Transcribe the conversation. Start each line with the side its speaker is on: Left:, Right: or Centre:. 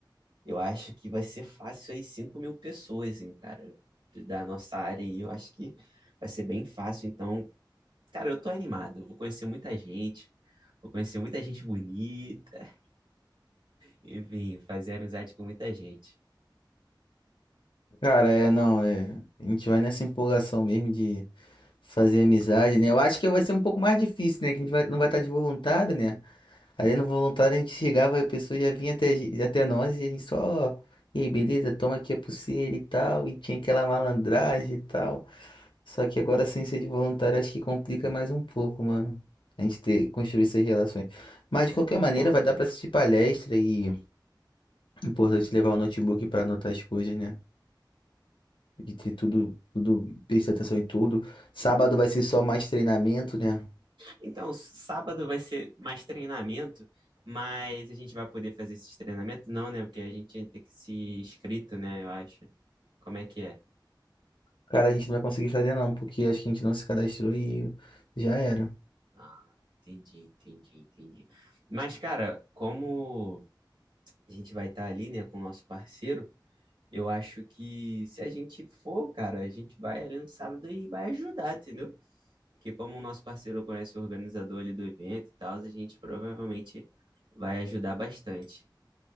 Right: Eu acho que vai ser fácil aí cinco mil pessoas, hein, cara, da nossa área. E eu acho que vai ser bem fácil. Então, cara, eu tô animado, eu vou conhecer muita gente. Vou conhecer muita gente bonita. Enfim, fazer amizade com muita gente.
Left: Cara, é, não, é. A gente vai nessa empolgação mesmo de fazer amizade, né? Eu acho que vai ser um pouco mais difícil, né? Que a gente vai- não vai estar de voluntário, né? Ali no voluntário a gente chegava, a pessoa já vinha até, a gen- até nós e a gente só, e aí, beleza, toma aqui a pulseira e tal, e tinha aquela malandragem e tal. Só que agora sem ser de voluntário acho que complica mais um pouco, mano. A gente ter, construir essas relações. Mas de qualquer maneira vai dar pra assistir palestra e é importante levar o notebook pra anotar as coisas, né? E ter tudo, tudo, prestar atenção em tudo. Sábado vai ser só mais treinamento, né?
Right: Então, sábado vai ser mais treinamento, mas a gente vai poder fazer esses treinamentos? Não, né? Porque a gente tem que se inscrito, né? Eu acho. Como é que é?
Left: Cara, a gente não vai conseguir fazer não, porque acho que a gente não se cadastrou e já era.
Right: Ah, entendi, entendi, entendi. Mas, cara, como a gente vai estar ali, né, com o nosso parceiro, eu acho que se a gente for, cara, a gente vai ali no sábado e vai ajudar, entendeu? que como o nosso parceiro conhece o organizador ali do evento e tal, a gente provavelmente vai ajudar bastante.